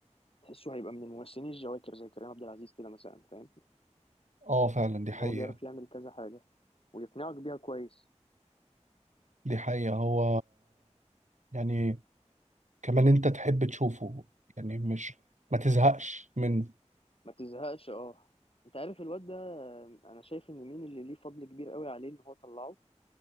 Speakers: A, on the left (about 50°); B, on the right (about 80°).
A: تحسه هيبقى من الممثلين الجواكر زي كريم عبد العزيز كده مثلا فاهم
B: اه فعلا دي
A: اللي
B: حقيقه
A: هو بيعرف يعمل كذا حاجة ويقنعك بيها كويس
B: دي حقيقه هو يعني كمان انت تحب تشوفه يعني مش ما تزهقش من
A: ما تزهقش اه انت عارف الواد ده آه، انا شايف ان مين اللي ليه فضل كبير قوي عليه ان هو طلعه